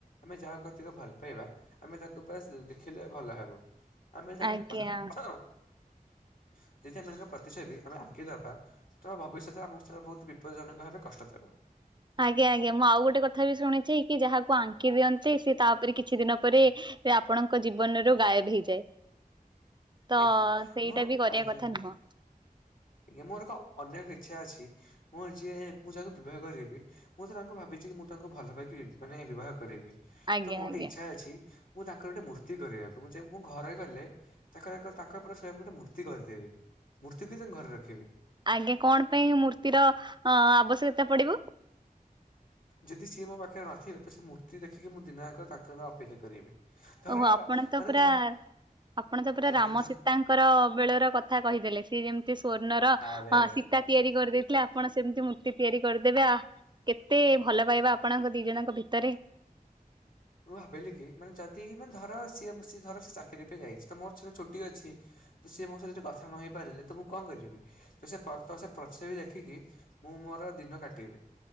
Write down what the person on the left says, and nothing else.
ଆମେ ଯାହାକୁ ଅତିକ ଭଲ ପାଇବା ଆମେ ତାକୁ ପାସ ଦେଖିଲେ ଭଲ ହବ। ଆମେ ତାଙ୍କ
<unintelligible> ପ୍ରତିଛବି। ଆମେ ଆଙ୍କି ଦବା ତ, ଭବିଷ୍ୟତରେ ଆମକୁ ସେଟା ବହୁତ ବିପଦଜନକ ଭାବେ କଷ୍ଟ ଦେବ।
ଆଜ୍ଞା
ମୁଁ
ଆଜ୍ଞା
ଆଜ୍ଞା, ମୋର ଏକ ଅନେକ ଇଚ୍ଛା ଅଛି, ମୁଁ ଯିଏ ମୁଁ ଯାହାକୁ ବିବାହ କରିବି ମୁଁ ତ ତାଙ୍କୁ ଭାବିଛି, କି ମୁଁ ତାଙ୍କୁ ଭଲ ପାଇକି ବି ମାନେ ବିବାହ କରେଇବି,
ତ ମୋର ଗୋଟେ
ଇଚ୍ଛା ଅଛି ମୁଁ ତାଙ୍କର ଗୋଟେ ମୂର୍ତ୍ତି କରିବାକୁ, ମୁଁ ଯେ ମୁଁ ଘରେ ଗଲେ ତାଙ୍କ ତାଙ୍କର ତାଙ୍କ ପୁରା ସେମ୍ ଗୋଟେ ମୂର୍ତ୍ତି କରିଦେବି। ମୂର୍ତ୍ତିକୁ ତାଙ୍କ ଘରେ ରଖିବି।
ଯଦି ସିଏ ମୋ ପାଖରେ ନଥିବେ, ତ ସେ ମୂର୍ତ୍ତି ଦେଖିକି ମୁଁ ଦିନ ଯାକ ତାଙ୍କର ଅପେକ୍ଷା କରିବି। ଧର
ମାନେ
ଧ
ଆଜ୍ଞା
ତ
ଆରେ,
ରେ।
ମୁଁ ଭାବିଲି କି, ମାନେ ଯଦି ମାନେ ଧର, ସିଏ ସିଏ ଧର ସେ ଚାକିରି ପାଇଁ ଯାଇଛି ତ, ମୋର ଛୁ-ଛୁଟି ଅଛି ତ ସିଏ ମୋ ସହିତ ଯୋ କଥା ନହେଇ ପାରିଲେ, ତ ମୁଁ କଣ କରିବି? ତ ସେ ଫଟ, ସେ ପ୍ରତିଛବ ଦେଖିକି ମୁଁ ମୋର ଦିନ କାଟିବି।